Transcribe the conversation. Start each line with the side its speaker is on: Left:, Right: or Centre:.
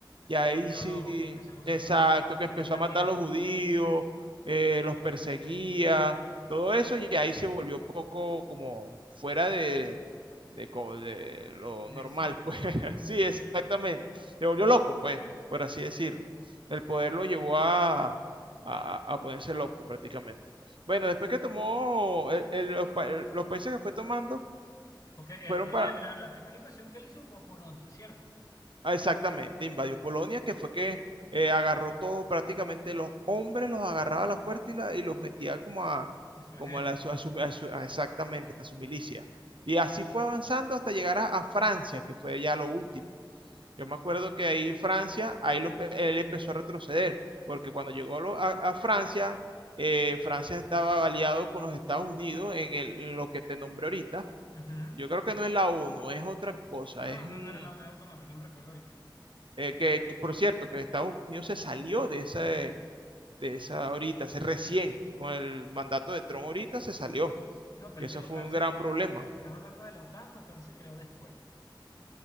Right: ya
Left: Se
Right: ahí
Left: volvió
Right: sí,
Left: loco, que se volvió
Right: exacto,
Left: loco a-
Right: que empezó
Left: está invadiendo.
Right: a matar a los judíos, eh, los perseguía, todo eso, y ahí se volvió un poco como fuera de, de, co- de lo normal,
Left: De sí.
Right: pues <laughs> sí, exactamente, se volvió loco, pues, por así decirlo. El poder lo llevó a, a, a ponerse loco prácticamente. Bueno, después que tomó el- el- los, pa- el- los países que fue tomando,
Left: Porque
Right: fueron
Left: el primer,
Right: para,
Left: la, la primera invasión que él hizo fue a Polonia, ¿cierto?
Right: ah, exactamente, invadió Polonia, que fue que eh, agarró todo, prácticamente los hombres los agarraba a la fuerza y, la- y los metía como a,
Left: A su
Right: como
Left: ejército.
Right: a, la, su- a su- a su- a exactamente, a su milicia. Y así fue avanzando hasta llegar a, a Francia, que fue ya lo último. Yo me acuerdo que ahí Francia, ahí lo empe- él empezó a retroceder, porque cuando llegó lo- a a Francia, eh, Francia estaba aliado con los Estados Unidos en, el- en lo que te nombré ahorita,
Left: Ujú.
Right: Yo creo que no es la ONU, es otra cosa.
Left: No,
Right: Es mm,
Left: no, no era la Unión Autónoma, no me recuerdo ahorita.
Right: eh, que, que, por cierto, que Estados Unidos se salió de esa, de esa ahorita, se recién, con el mandato de Trump ahorita se salió.
Left: No, pero
Right: Eso
Left: es que la
Right: fue
Left: OTAN
Right: un
Left: se,
Right: gran
Left: la-
Right: problema.
Left: si si estás hablando de la OTAN, la OTAN se creó después.